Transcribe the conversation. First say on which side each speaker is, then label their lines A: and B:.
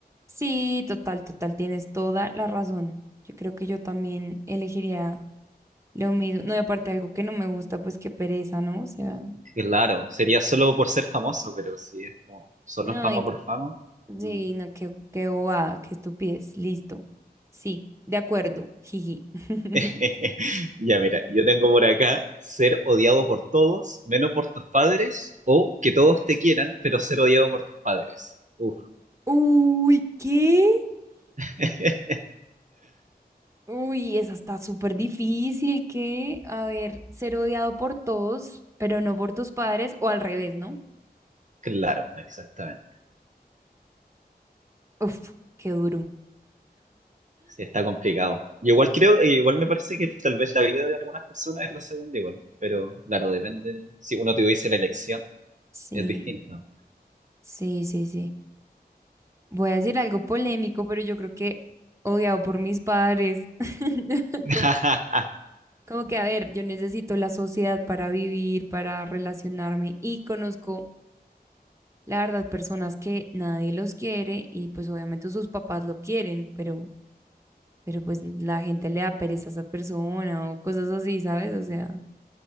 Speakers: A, on the right; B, on the right.
A: Sí, total, total, tienes toda la razón. Yo creo que yo también elegiría Lo mismo, no, y aparte algo que no me gusta, pues qué pereza, ¿no? O sea,
B: Claro, sería solo por ser famoso, pero si es como solo
A: no,
B: fama
A: y
B: por fama. no.
A: sí, no, qué, qué bobada, qué estupidez, listo. Sí, de acuerdo, jiji. <laughs>
B: <laughs> Ya mira, yo tengo por acá ser odiado por todos, menos por tus padres, o que todos te quieran, pero ser odiado por tus padres. Uf,
A: Uy, ¿qué?
B: <laughs>
A: Uy, esa está súper difícil, ¿qué? A ver, ser odiado por todos, pero no por tus padres, o al revés, ¿no?
B: claro, exactamente.
A: Uf, qué duro.
B: Sí, está complicado. Y igual creo, e igual me parece que tal vez la vida de algunas personas es lo segundo igual, pero claro, depende. Si uno tuviese la elección,
A: Sí,
B: es distinto.
A: sí, sí, sí. Voy a decir algo polémico, pero yo creo que odiado por mis padres. <laughs>
B: <laughs>
A: Como Como que, a ver, yo necesito la sociedad para vivir, para relacionarme y conozco, la verdad, personas que nadie los quiere y pues obviamente sus papás lo quieren, pero, pero pues la gente le da pereza a esa persona o cosas así, ¿sabes? O sea,